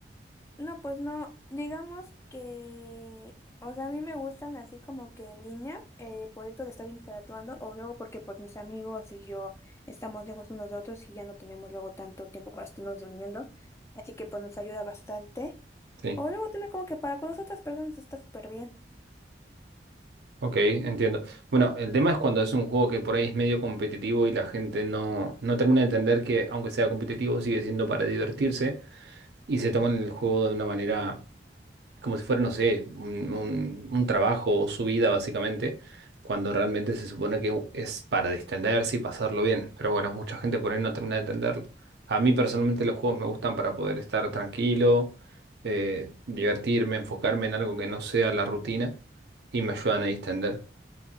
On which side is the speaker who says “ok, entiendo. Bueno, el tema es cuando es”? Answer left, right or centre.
Right